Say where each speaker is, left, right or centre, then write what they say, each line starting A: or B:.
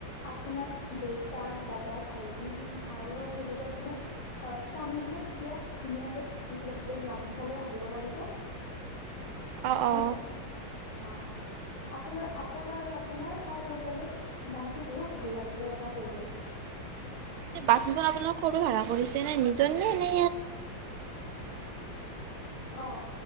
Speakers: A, on the left (about 55°); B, on the right (about 85°).
A: আপোনাৰ দেউতা, দাদা, ভাইতি। আৰু সেই যদি আপোনাৰ অ' স্বামী হয় তেতিয়া ধুনীয়াকে ধুতি লমপেন গামোচা লৈ আহিব পাৰিব। হয়
B: অ অ
A: নে অ আপোনাৰ-আপোনাৰ, আপোনাৰ সহ পৰিয়ালৰ মনটো বহুত ভাল লাগিব তাহাতে গৈ।
B: এ বাছ গিসন আপোনালোকে কৰ পৰা ভাড়া কৰিছে নে নিজ নে-নে।
A: নাই <unintelligible> অ'